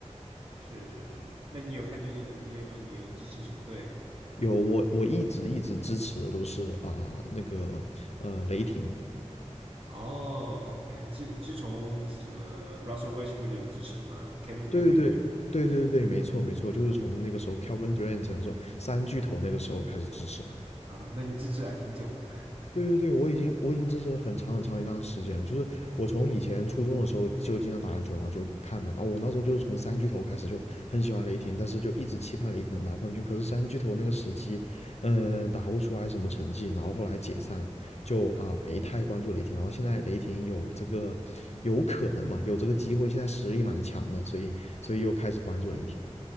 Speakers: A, on the right; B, on the left.
A: 是是是。那你有看最近的 NBA 吗？你有支持什么队？
B: 有我我一直一直支持的都是啊、那个呃雷霆，
A: 哦，OK，是是从什么 Russell Westbrook 就支持了吗？Kevin Durant
B: 对对对对对对对，没错没错，就是从那个时候 Kevin Durant 的时候三巨头那个时候开始支持了。
A: 啊，那你支持还挺久了。
B: 对对对，我已经我已经支持了很长很长一段时间了。就是我从以前初中的时候就经常打篮球，然后就看嘛。然后我那时候就是从三巨头开始就很喜欢雷霆，但是就一直期盼雷霆能拿冠军。可是三巨头那个时期，嗯，呃打不出来什么成绩，然后后来解散了，就啊没太关注雷霆。
A: 啊。
B: 然后现在雷霆有这个有可能嘛，有这个机会，现在实力蛮强的，所以所以又开始关注雷霆了